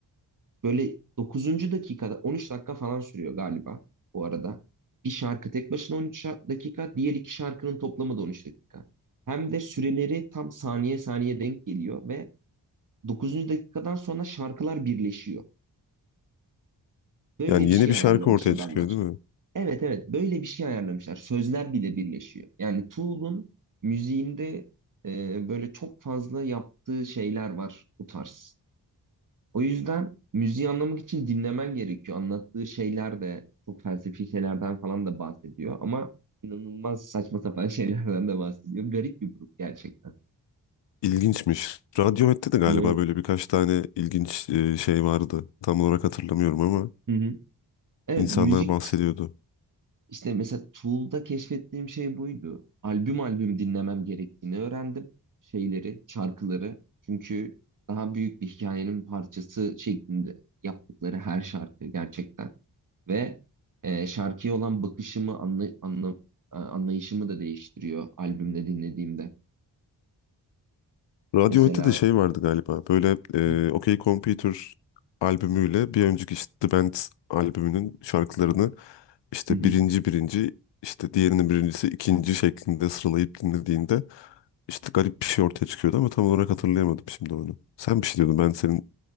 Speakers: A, on the right (about 45°); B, on the left (about 75°).
A: Böyle dokuzuncu dakikada 13 dakika falan sürüyor galiba bu arada. Bir şarkı tek başına 13 şa- dakika, diğer iki şarkının toplamı da 13 dakika. Hem de süreleri tam saniye saniye denk geliyor ve dokuzuncu dakikadan sonra şarkılar birleşiyor. Böyle
B: Yani
A: bir
B: yeni
A: şey
B: bir
A: ayarlamış
B: şarkı ortaya
A: adamlar.
B: çıkıyor değil mi?
A: Evet evet böyle bir şey ayarlamışlar. Sözler bile birleşiyor. Yani Tool'un müziğinde e, böyle çok fazla yaptığı şeyler var bu tarz. O yüzden müziği anlamak için dinlemen gerekiyor. Anlattığı şeyler de çok felsefi şeylerden falan da bahsediyor ama inanılmaz saçma sapan <laughs> şeylerden de bahsediyor. Garip bir grup gerçekten.
B: İlginçmiş. Radiohead'te de galiba
A: Evet.
B: böyle birkaç tane ilginç e, şey vardı. Tam olarak hatırlamıyorum ama
A: Hı hı. Evet,
B: insanlar
A: müzik
B: bahsediyordu.
A: işte işte mesela Tool'da keşfettiğim şey buydu. Albüm albüm dinlemem gerektiğini öğrendim. Şeyleri, şarkıları. Çünkü daha büyük bir hikayenin parçası şeklinde yaptıkları her şarkı gerçekten. ve e, şarkıya olan bakışımı anla, anla- e, anlayışımı da değiştiriyor albümde dinlediğimde.
B: Radiohead'de
A: Mesela
B: de şey vardı galiba. Böyle
A: Hı hı.
B: e, OK Computer albümüyle bir önceki işte The Band albümünün şarkılarını işte
A: Hı hı.
B: birinci birinci işte diğerinin birincisi ikinci şeklinde sıralayıp dinlediğinde işte garip bir şey ortaya çıkıyordu ama tam olarak hatırlayamadım şimdi onu. Sen bir şey diyordun ben senin